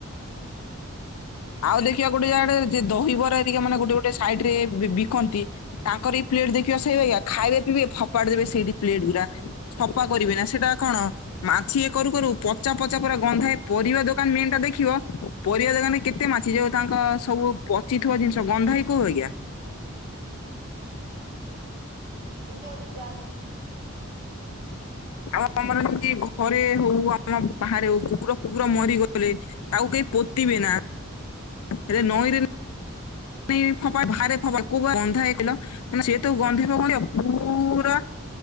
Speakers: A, on the left (about 90°); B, on the right (about 45°).
A: ଆଉ ଦେଖିବା ଗୋଟେ ଆଡେ ଯେ ଦହିବରା ଟିକେ ମାନେ ଗୋଟେ ଗୋଟେ ସାଇଡି ରେ ବି ବିିକନ୍ତି। ତାଙ୍କର ବି ପ୍ଲେଟ ଦେଖିବା ସେଇ ଭାଗିଆ ଖାଇବେ ପିଇବେ ଫପାଡି ଦେବେ ସେଇଠି ପ୍ଲେଟ୍ ଗୁରା। ସଫା କରିବି ନା ସେଟା କଣ ମାଛି ଇ କରୁ କରୁ ପଚା ପଚା ପୁରା ଗନ୍ଧାଏ ପରିବା ଦୋକାନ ମିନ୍ ଟା ଦେଖିବ ପରିବା ଦୋକାନରେ କେ କେତେ ମାଛି ଯୋଉ ତାଙ୍କ ସବୁ ପଚିଥିବା ଜିନିଷ ଗନ୍ଧାଏ କୋଉ ଵାଗିଆ।
B: ଏମିତି ଗୋଟେ ଗ୍ୟାସ ଆସୁ।
A: ଆମ ଆମର ଏମିତି ଘରେ ହଉ ଆମ ବାହାରେ ହଉ କୁକୁର ଫୁକୁର ମରିଗଲେ। ଆଉ କେହି ପୋତିବେ ନା ହେଲେ ନଈରେ <unintelligible> ଫପାଡେ ଭାରେ ଫପାଲେ କୋଵା ବନ୍ଧା ହେଇଥିଲ। ମାନେ ସେ ତ ଗନ୍ଧିବ କଣ ପୁରା